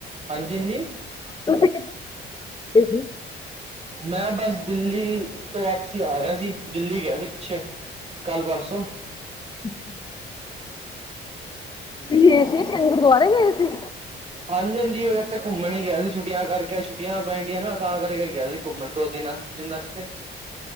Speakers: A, on the right; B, on the left.
A: ਹਾਂਜੀ-ਹਾਂਜੀ।
B: ਤੁਸੀਂ ਕਿੱਦਾਂ <unintelligible>
A: ਮੈਂ ਬਸ ਦਿੱਲੀ ਤੋਂ ਵਾਪਸੀ ਆ ਰਿਹਾ ਸੀ, ਦਿੱਲੀ ਗਿਆ ਸੀ ਪਿੱਛੇ। ਕੱਲ ਪਰਸੋਂ
B: <inaudible> ਗਏ ਸੀ, ਸ਼ੀਸ਼ ਗੰਜ ਗੁਰਦੁਆਰੇ ਗਏ ਸੀ?
A: ਹਾਂਜੀ- ਹਾਂਜੀ ਅਗਰ ਤਾਂ ਘੁੰਮਣ ਹੀ ਗਿਆ ਸੀ ਛੁੱਟੀਆਂ ਕਰਕੇ, ਛੁੱਟੀਆਂ ਪੈਣ ਦੀਆਂ ਨਾ, ਤਾਂ ਕਰਕੇ ਗਿਆ ਸੀ ਘੁੰਮਣ ਦੋ- ਤਿੰਨ ਦਿਨਸਤੇ